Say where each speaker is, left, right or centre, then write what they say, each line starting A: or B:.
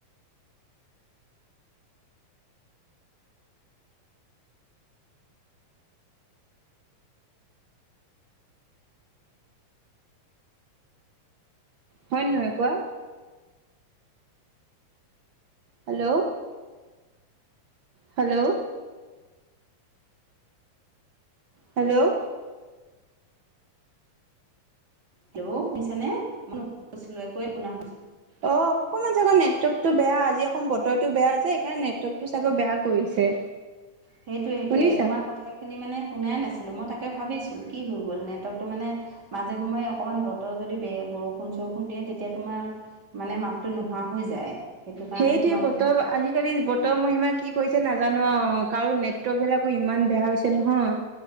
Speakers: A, on the right; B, on the right.
A: হয় নে নহয় কোৱা। হেল্ল' হেল্ল' হেল্ল'
B: হেল্ল' শুনিছা নে মই ন কৈছিলো একোৱে শুনা হৈছ
A: অ অকনমান চাগে নেটৱৰ্কতটো বেয়া আজি অকণ বতৰটো বেয়া আছে সেইকাৰণে নেটৱৰ্কটো চাগৈ বেয়া কৰিছে।
B: সেইটোয়ে সেইটোয়ে
A: শুনিছা
B: তোমাৰ কথাইত খিনি মানে শুনাই নাছিলোঁ মই তাকে ভাবিছোঁ কি হৈ গ'ল নেটৱৰ্কটো মানে মাজে সময়ে অকমান বতৰ যদি বে বৰষুণ চৰষুণ দিয়ে তেতিয়া তোমাৰ মানে মাতটো নোহোৱা হৈ যায়। সেইটো কাৰণে
A: সেইটোৱে
B: তোমাৰ
A: পতৰ
B: মানে
A: আজিকালি বত ত মহিমা কি কৰিছে নাজানো আও কাৰো নেটৱৰ্ক বিলাকো ইমান বেয়া হৈছে নহয়।